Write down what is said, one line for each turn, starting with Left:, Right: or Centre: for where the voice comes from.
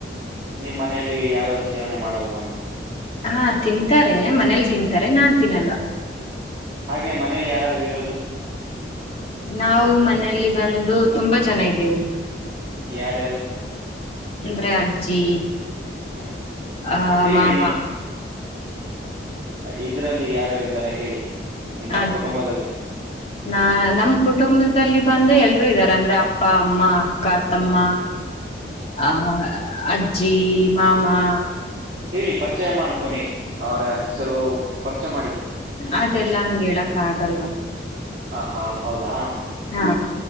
Right: ನಿಮ್ಮ್ ಮನೆಯಲ್ಲಿ ಯಾರು ಸೇವನೆ ಮಾಡಲ್
Left: ಹಾ ತಿಂತಾರೆ ಮನೇಲಿ ತಿಂತಾರೆ ನಾನ್ ತಿನಲ್ಲ
Right: ಹಾಗೆ ಮನೇಲಿ ಯಾರಾರು ಇರೋದು.
Left: ನಾವು ಮನೇೆಯಲ್ಲಿ ಬಂದು ತುಂಬಾ ಜನ ಇದ್ದೀವಿ
Right: ಯಾರ ಯಾರು
Left: ಅಂದ್ರೆ ಅಜ್ಜಿ
Right: ಹ್ಮ್
Left: ಆ
Right: ಹೇಳಿ
Left: ಮಾಮಾ
Right: ಇದ್ರಲ್ಲಿ ಯಾರ್ಯಾರಿದ್ದಾರೆ ಹೇಳಿ ನಿಮ್ಮ
Left: ಅದ
Right: ಕುಟುಂಬದಲ್ಲಿ
Left: ನಾ ನಮ ಕುಟುಂಬದಲ್ಲಿ ಬಂದ ಎಲ್ರುೂ ಇದಾರೆ ಅಂದ್ರೆ ಅಪ್ಪ ಅಮ್ಮ ಕಾತಮ್ಮ
Right: ಹ್ಮ್
Left: ಆ ಅಜ್ಜಿ ಮಾಮಾ
Right: ಹೇಳಿ ಪರಿಚಯ ಮಾಡ್ಕೊಡಿ ಅವರ ಹೆಸರು ಪರಿಚಯ ಮಾಡಿ
Left: ಅದೆಲ್ಲಾ ಹಂಗಡಕ ಆಗಲ್ಲ
Right: ಆಹಾ ಹೌದಾ
Left: ಹಾ